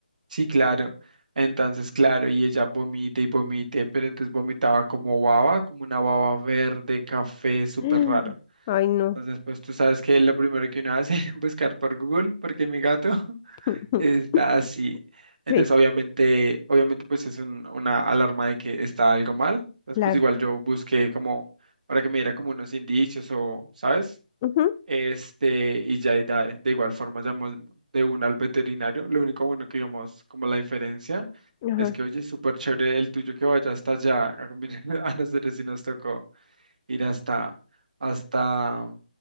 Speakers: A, on the right; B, on the left.
A: Sí, claro. Entonces, claro, y ella vomita y vomite, pero entonces vomitaba como baba, como una baba verde, café, súper
B: <gasps>
A: raro.
B: Ay, no.
A: Entonces, pues tú sabes que lo primero que uno hace <laughs> es buscar por Google, porque mi gato
B: <laughs>
A: está así. Entonces,
B: Sí,
A: obviamente, obviamente, pues es un- una alarma de que está algo mal. Después,
B: claro.
A: igual yo busqué como para que me diera como unos indicios o, ¿sabes?
B: Ujú.
A: Este, y ya y da- de igual forma llamó de una al veterinario. Lo único bueno que digamos, como la diferencia,
B: Ajá,
A: es que, oye, súper chévere el tuyo que vaya hasta allá. A comer- <laughs> a nosotros sí nos tocó ir hasta, hasta,